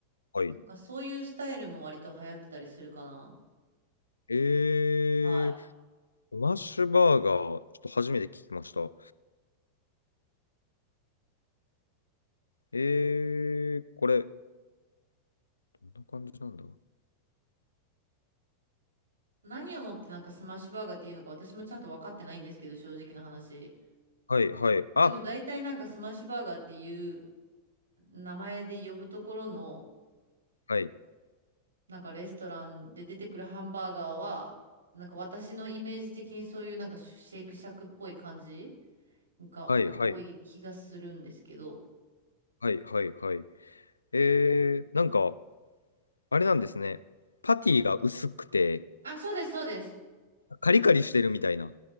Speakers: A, on the left; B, on the right.
A: はい
B: なんかそういうスタイルも割と流行ってたりするかな。
A: えー、
B: はい。
A: スマッシュバーガー、ちょっと初めて聞きました。えー、これ、どんな感じなんだ
B: 何をもってなんかスマッシュバーガーっていうのか私もちゃんと分かってないんですけど、正直な話。
A: はい、はい、あ、
B: でも大体なんかスマッシュバーガーっていう名前で呼ぶところの、
A: はい、
B: なんかレストランで出てくるハンバーガーは、なんか私のイメージ的にそういうなんかシェイクシャックっぽい感じが多い気がするんですけど。
A: はい、はい、はい、はい、はい。えー、なんか、あれなんですね。パティが薄くて、
B: あ、そうです、そうです。
A: カリカリしてるみたいな。